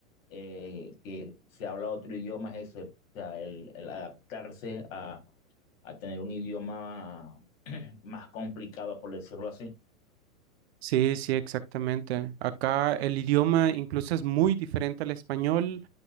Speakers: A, on the left; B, on the right.
A: eh, que se habla otro idioma, es eso, el- o sea, el, el adaptarse a, a tener un idioma más complicado, por decirlo así.
B: Sí, sí, exactamente. Acá el idioma incluso es muy diferente al español